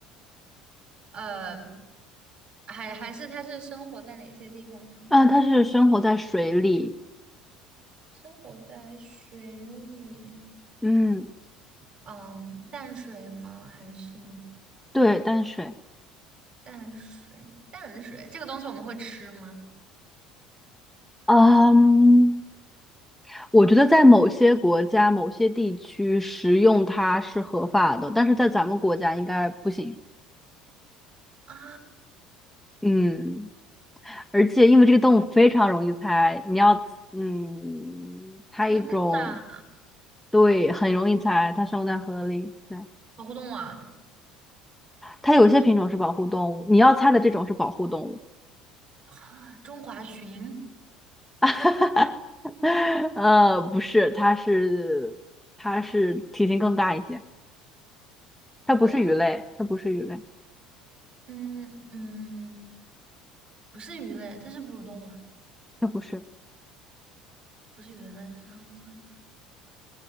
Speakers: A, on the right (about 45°); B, in the centre.
A: 呃，还还是它是生活在哪些地方呢？
B: 啊，它是生活在水里，
A: 生活在水里，
B: 嗯，
A: 嗯，淡水吗？还是
B: 对，淡水，
A: 淡水？淡水这个东西我们会吃吗？
B: 嗯，我觉得在某些国家、某些地区食用它是合法的，但是在咱们国家应该不行，
A: 啊，
B: 嗯。而且因为这个动物非常容易猜，你要嗯猜一种，
A: 真的啊
B: 对，很容易猜，它生活在河里，对，
A: 好互动啊！
B: 它有些品种是保护动物，你要猜的这种是保护动物，
A: 啊，中华鲟，
B: <laughs> 呃，不是，它是它是体型更大一些，它不是鱼类，
A: 嗯
B: 它不是鱼类，
A: 嗯嗯，不是鱼类，它是哺乳动物啊，
B: 它不是，
A: 不是鱼类，那是啥？我想想，